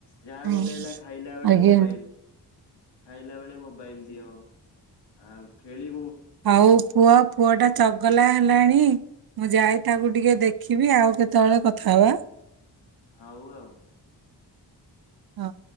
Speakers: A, on the left; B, on the right.
A: ଯାହା
B: ହଁ
A: ଗୋଟେ ହେଲା ଖାଇଲା ବେଳେ
B: ଆଜ୍ଞା।
A: ମୋବାଇଲ୍ ଖାଇଲା ବେଳେ ମୋବାଇଲ ଦିଅ ଆଉ ଖେଳିି
B: ଆଉ ପୁଅ ପୁଅଟା ଚଗଲା ହେଲାଣି ଇ। ମୁଁ ଯାଏ ତାକୁ ଟିକେ ଦେଖିବି ଆଉ କେତୋଳେ କଥା ହବା।
A: ହଉ ଆଉ।
B: ହ।